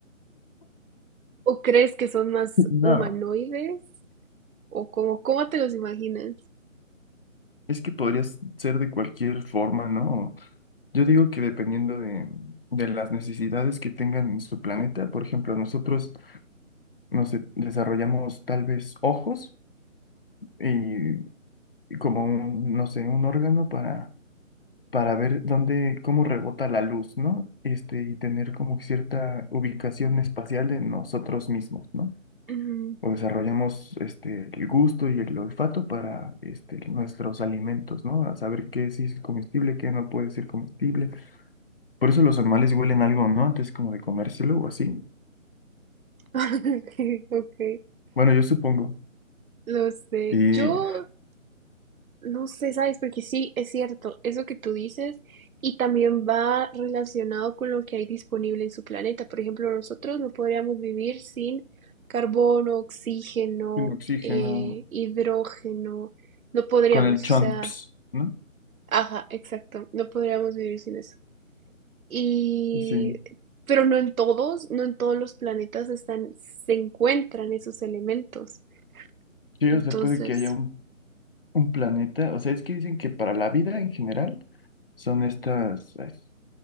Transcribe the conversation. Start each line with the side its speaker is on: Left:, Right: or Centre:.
Right: ¿O crees que son más
Left: No,
Right: humanoides? ¿O cómo cómo te los imaginas?
Left: es que podrías ser de cualquier forma, ¿no? Yo digo que dependiendo de, de las necesidades que tengan en su planeta, por ejemplo, nosotros nos e, desarrollamos tal vez ojos y, y como un, no sé, un órgano para, para ver dónde, cómo rebota la luz, ¿no? Este, y tener como cierta ubicación espacial de nosotros mismos, ¿no?
Right: Ujú.
Left: o desarrollamos este, el gusto y el olfato para este, nuestros alimentos, ¿no? A saber qué sí es comestible, qué no puede ser comestible. Por eso los animales huelen algo, ¿no? Antes como de comérselo o así.
Right: <laughs> Ok,
Left: Bueno, yo supongo.
Right: no sé.
Left: Y
Right: Yo No sé, ¿sabes? Porque sí, es cierto, eso que tú dices, y también va relacionado con lo que hay disponible en su planeta. Por ejemplo, nosotros no podríamos vivir sin carbono, oxígeno,
Left: sin oxígeno,
Right: eh, hidrógeno, no podríamos,
Left: con el chomps,
Right: o sea,
Left: ¿no?
Right: ajá, exacto, no podríamos vivir sin eso. Y,
Left: Sí.
Right: pero no en todos, no en todos los planetas están, se encuentran esos elementos.
Left: Sí,
Right: Entonces,
Left: o sea, puede que haya un, un planeta. O sea, es que dicen que para la vida en general son estas... eh,